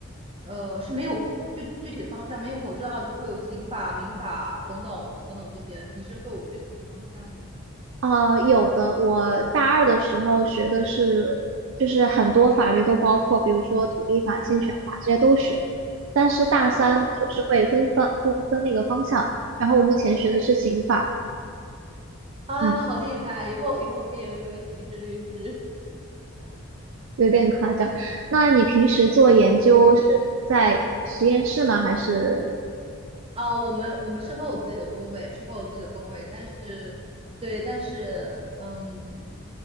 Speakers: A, on the right; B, on the right.
A: 呃，是没有具具体的方向吗？因为我知道就是会有刑法、民法等等等等这些，你是会有具体的方向吗？
B: 呃，有的我大二的时候学的是，就是很多法律都包括，比如说土地法、
A: 嗯，
B: 侵权法这些都学，但是大三就是会分方分分那个方向。
A: 哦，
B: 然后我目前学的是刑法，
A: 啊，
B: 嗯，
A: 好厉害，以后以后可以成为刑事律师。
B: 有点夸张。那你平时做研究是在实验室吗？
A: 嗯。
B: 还是
A: 啊、我们我们是会有自己的工位，是会有自己的工位，但是，对，但是，嗯，